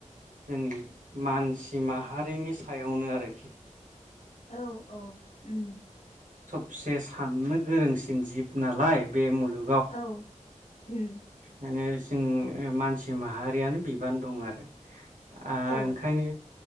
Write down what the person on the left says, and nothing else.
औ औ अम
औ अम
औ